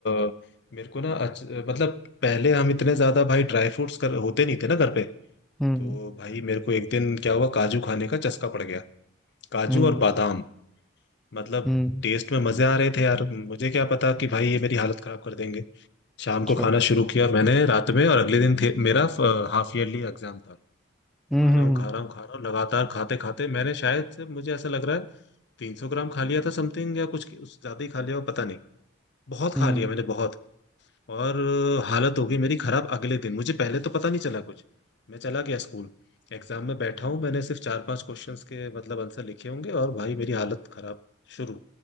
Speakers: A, on the left (about 55°); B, in the centre.
A: अ, मेरे को ना अच, मतलब पहले हम इतने ज्यादा भाई ड्राई फ्रूट्स कर होते नहीं थे ना घर पे
B: हम्म
A: तो भाई मेरे को एक दिन क्या हुआ काजू खाने का चस्का पड़ गया काजू
B: हम्म
A: और बादाम मतलब
B: हम्म
A: टेस्ट में मजे आ रहे थे यार मुझे क्या पता कि भाई ये मेरी हालत खराब कर देंगे शाम को
B: अच्छा
A: खाना शुरू किया मैंने रात में और अगले दिन थे मेरा हाफ ईयरली एग्जाम था
B: हम्म
A: खा रहा
B: हम्म
A: हूँ खा रहा हूँ खा रहा हूँ लगातार खाते खाते मैंने शायद से मुझे ऐसा लग रहा है तीन सौ ग्राम खा लिया था समथिंग या कुछ उस ज्यादा ही खा लिया हो, पता नहीं बहुत खा
B: हम्म
A: लिया मैंने बहुत और अ, हालत हो गई मेरी खराब अगले दिन मुझे पहले तो पता नहीं चला कुछ मैं चला गया स्कूल एग्जाम में बैठा हूँ मैंने सिर्फ चार पांच क्वेश्चंस के मतलब आंसर लिखे होंगे और भाई मेरी हालत खराब शुरू